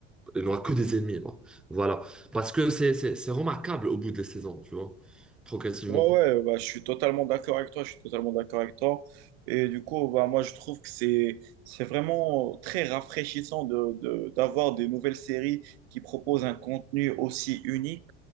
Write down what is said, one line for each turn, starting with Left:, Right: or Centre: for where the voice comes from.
Centre: il n'aura que des ennemis. quoi. Voilà. Parce que c'est c'est- c'est remarquable au bout des saisons, tu vois. Progressivement.
Right: Ouais, ouais, bah, je suis totalement d'accord avec toi, je suis totalement d'accord avec toi. Et du coup, bah, moi, je trouve que c'est, c'est vraiment très rafraîchissant de, de- d'avoir des nouvelles séries qui proposent un contenu aussi unique